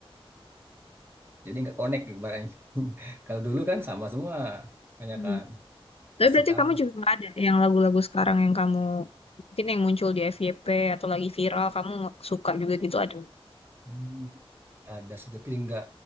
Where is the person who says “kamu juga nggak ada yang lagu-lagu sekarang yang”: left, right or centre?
Left